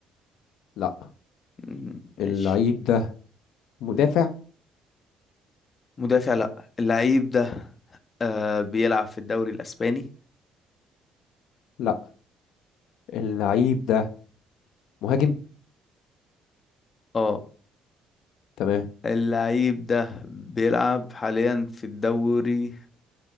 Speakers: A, on the left; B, on the left.
A: لا
B: مم، ماشي
A: اللعيب ده مدافع
B: مدافع لا اللعيب ده آه بيلعب في الدوري الاسباني
A: لا اللعيب ده مهاجم
B: اه
A: تمام
B: اللعيب ده بيلعب حاليا في الدوري